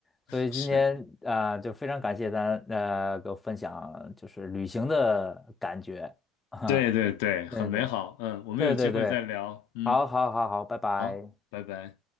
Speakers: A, on the left; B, on the left.
A: 所以今天啊、
B: 是，
A: 就非常感谢咱呃给我分享就是旅行的感觉哈，
B: 对对对，
A: <laughs>
B: 很美好。
A: 对对
B: 嗯，我们有机会再聊。
A: 对对对，
B: 嗯，
A: 好好好好，拜拜。
B: 好，拜拜。